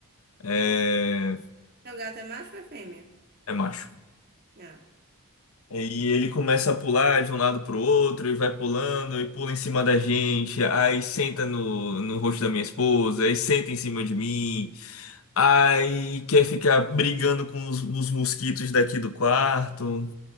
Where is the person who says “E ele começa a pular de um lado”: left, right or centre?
Left